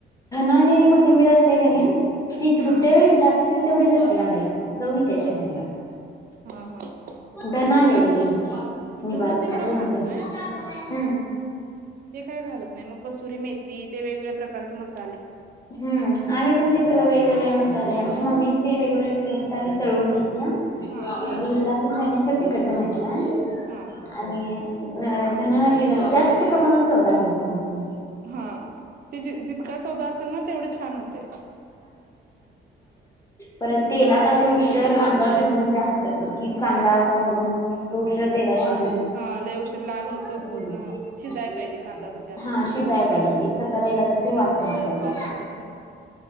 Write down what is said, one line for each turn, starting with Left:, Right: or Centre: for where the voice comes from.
Left: फूल आलेली कोथिंबीर असत्या का नाय ती जटा
Right: हा
Left: जास्त तेवढी जास्त घालायची चव येतिया या चटणीला.
Right: हा हा
Left: धनालेली
Right: धन
Left: घ्याची निबारून
Right: धन तेवढं घालतोय
Left: घ हम्म.
Right: ते काय घालत नाही मग कसुरी मेथी ते वेगवेगळ्या प्रकारचा मसा
Left: हम्म आम्ही पण ते सगळं व वेगवेग्या मसाले आमच्या मम्मी ते वेगळे सगळे मसाले तळून घेत घ घितला
Right: हा तळून
Left: अजून काई कर तिकडला माहितय
Right: हां,
Left: आणि अ धन जिरां जास्त प्रमाणात सवता घालते मम्मी आम
Right: हा ते जितका सौदा असेल ना तेवढे छान होते.
Left: पर तेलात उशीर कांदा शिजून जात क कांदा
Right: हां,
Left: असा घालून तोर तेलाशी
Right: हां लय उशीर लाल होसतोवर
Left: <unintelligible>
Right: पूर्ण शिजाय पाहिजे कांदा तो त्यातच.
Left: राहिला तर तो वास मारतो.
Right: वास मारतोय.